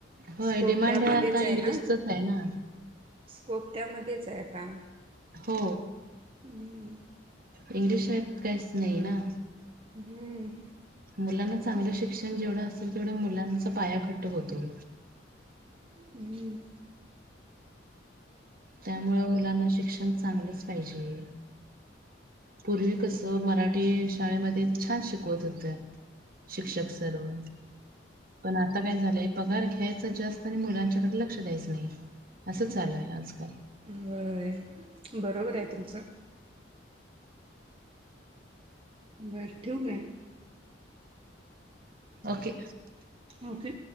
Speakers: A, on the right; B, on the right.
A: होय
B: स्कोप
A: डिमांड
B: त्यामध्येचय
A: आता इंग्लिशचच
B: ना.
A: आहे ना.
B: स्कोप त्यामध्येचय आता.
A: हो.
B: हम्म
A: इंग्लिश शिवाय त काहीच नाही, ना.
B: हम्म.
A: मुलांना चांगलं शिक्षण जेवढं असेल. तेवढं, मुलांचा पाया घट्ट होतो.
B: हम्म.
A: त्यामुळं, मुलांना शिक्षण चांगलच पाहिजे. पूर्वी कसं, मराठी शाळेमध्ये छान शिकवत होते. शिक्षक सर्व. पण आता काय झालंय, पगार घ्यायचा जास्त. आणि मुलांच्याकडे लक्ष द्यायचं नाही. असं झालंय आजकाल.
B: व्हय. बरोबरे तुमचं. बर ठेवू काय?
A: ओके.
B: ओके.